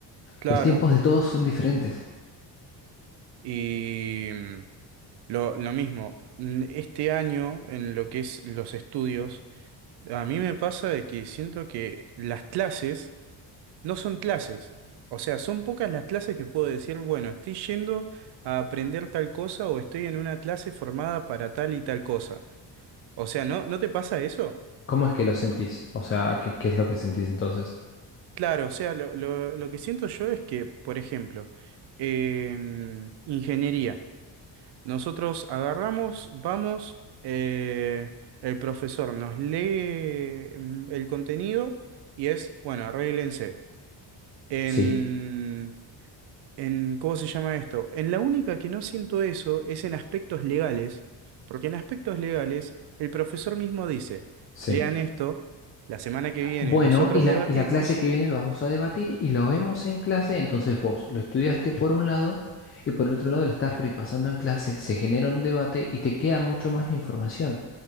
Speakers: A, on the right (about 65°); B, on the left (about 30°).
A: claro.
B: los tiempos de todos son diferentes.
A: Y mm, lo, lo mismo, mm, este año en lo que es los estudios, a mí me pasa de que siento que las clases No son clases. O sea, son pocas las clases que puedo decir, bueno, estoy yendo a aprender tal cosa o estoy en una clase formada para tal y tal cosa. O sea, ¿no, no te pasa eso?
B: ¿Cómo es que lo sentís? O sea, ¿qué, qué es lo que sentís entonces?
A: Claro, o sea, lo, lo- lo que siento yo es que, por ejemplo, em, ingeniería. Nosotros agarramos, vamos, eh, el profesor nos lee mm, el contenido y es, bueno, arréglense. En,
B: Sí,
A: en, ¿cómo se llama esto? En la única que no siento eso es en aspectos legales, porque en aspectos legales el profesor mismo dice,
B: sí.
A: lean esto, la semana que viene
B: Bueno,
A: nosotros
B: y la,
A: debatimos
B: y la clase que viene lo vamos a debatir y lo vemos en clase. Entonces vos lo estudiaste por un lado y por el otro lado lo estás repasando en clase. Se genera un debate y te queda mucho más la información.